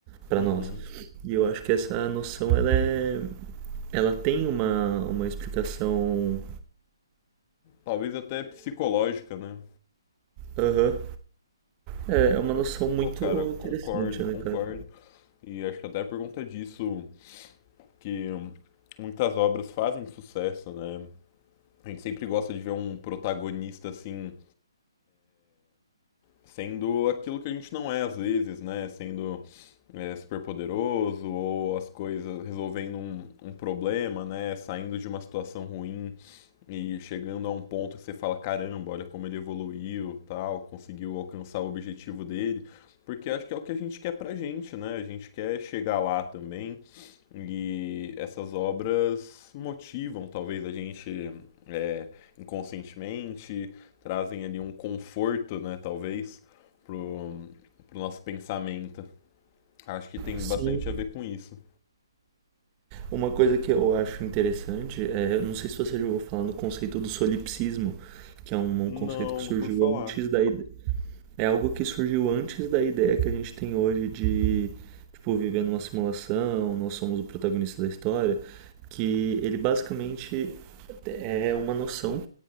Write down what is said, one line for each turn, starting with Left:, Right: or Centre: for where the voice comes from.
Right: para
Left: Uhum.
Right: nós. E eu acho que essa noção ela é ela tem uma uma explicação
Left: Talvez até psicológica, né?
Right: Aham. É é uma noção muito
Left: Pô, cara,
Right: interessante,
Left: concordo, concordo.
Right: né, cara?
Left: E acho que até por conta disso que muitas obras fazem sucesso, né? A gente sempre gosta de ver um protagonista assim, sendo aquilo que a gente não é às vezes, né? Sendo é, super poderoso ou as coisas resolvendo um, um problema, né? Saindo de uma situação ruim E chegando a um ponto que você fala, caramba, olha como ele evoluiu, tal, conseguiu alcançar o objetivo dele, porque acho que é o que a gente quer pra gente, né? A gente quer chegar lá também. E essas obras motivam, talvez, a gente é, inconscientemente, trazem ali um conforto, né, talvez, pro, pro nosso pensamento. Acho que tem
Right: Sim,
Left: bastante a ver com isso.
Right: Uma coisa que eu acho interessante é, eu não sei se você já ouviu falar no conceito do solipsismo, que é um,
Left: Não,
Right: um conceito que surgiu
Left: não curto falar.
Right: antes da, ide- é algo que surgiu antes da ideia que a gente tem hoje de, tipo, viver numa simulação, nós somos o protagonista da história, que ele basicamente é uma noção